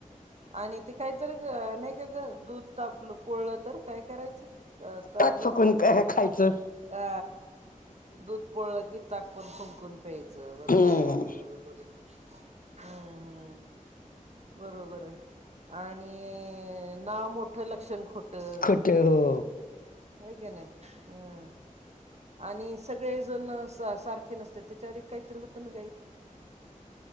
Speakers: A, on the right (about 50°); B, on the left (about 80°).
A: आणि ते काहीतरी नाही काय ग दूध तापलं पोळलं तर काय करायचं. अ ता
B: ताक
A: दूध
B: फकून काय खायचं
A: अ दूध पोळलं की ताक पण फुंकून प्यायचं बरोबर
B: हम्म
A: बरोबर. बरोबर हम्म हम्म बरोबर आहे. आणि नाव मोठं लक्षण खोटं.
B: <unintelligible> हो
A: हाय की नाही हम्म. आणि सगळे जण सा सारखे नसतेत त्याच्यावर एक काहीतरी होतं ना ग आई.